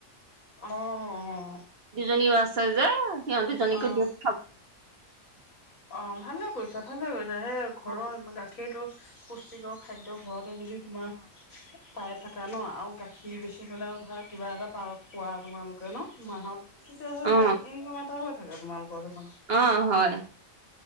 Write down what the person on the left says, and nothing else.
অ' অ' অ'।
অ',
অ' ভালে কৰিছা ভালে ক সে ঘৰৰ
গাখীৰতটো পুষ্টিকৰ খাদ্য ঘৰত তে যদি তোমাৰ পাই থাকা ন আৰ! গাখীৰ বেছি পেলাও ভাত কিবা এটা পাৰ্ক পোৱা তোমালোক কে ন' মাহত কি যেহে
ভাল ইনকাম এটা হয় ভাগত মাল খোৱা কচম